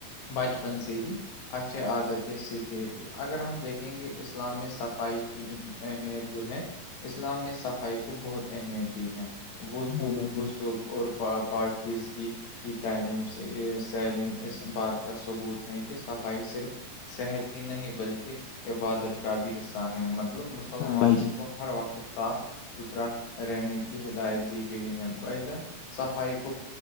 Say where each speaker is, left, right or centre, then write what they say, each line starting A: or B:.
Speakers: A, on the left; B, on the left.
A: بچپن سے ہی اچھے عادتیں سیکھیں اگر ہم دیکھیں گے اسلام میں صفائی کی اہمیت جو ہے اسلام نے صفائی کو بہت اہمیت دی ہے وضو
B: ہاں بھائی جان
A: غسل اور پ پاکیز گی کی تعلیم سے تعلیم اس بات کا ثبوت ہے کہ صفائی صرف صحت ہی نہیں بلکہ عبادت کا بھی حصہ ہے م ملب مسلمانوں
B: ہاں بھائی جان
A: کو ہر وقت صاف ستھرا رہنے کی ہدایت دی گئی ہیں بائی جن صفائی کو